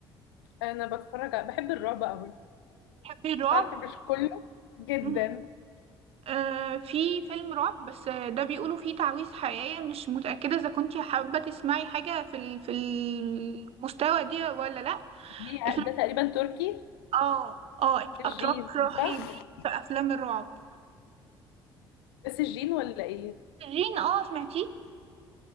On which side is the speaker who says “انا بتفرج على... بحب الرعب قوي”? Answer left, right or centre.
Left